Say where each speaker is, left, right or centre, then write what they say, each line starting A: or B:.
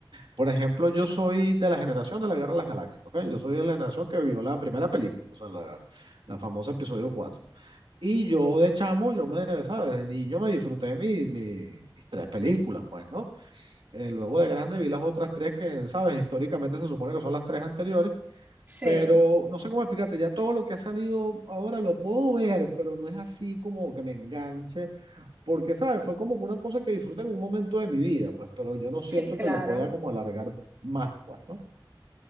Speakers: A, on the right; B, on the right.
A: Por ejemplo, yo soy de la generación de la Guerra de las Galaxias, ¿ok? Yo soy de la generación que vio la primera película, o sea, la, la famosa episodio 4, Y yo de chamo, yo me, ¿sabes? De niño me disfruté mis mi- mis tres películas, pues, ¿no? Eh, luego de grande vi las otras tres que, ¿sabes? Históricamente se supone que son las tres anteriores
B: Sí.
A: pero no sé cómo explicarte, ya todo lo que ha salido ahora lo puedo ver, pero no es así como que me enganche, porque, ¿sabes? Fue como que una cosa que disfruté en un momento de mi vida, pues, pero yo no siento
B: Sí, claro.
A: que lo pueda como alargar más, pues, ¿no?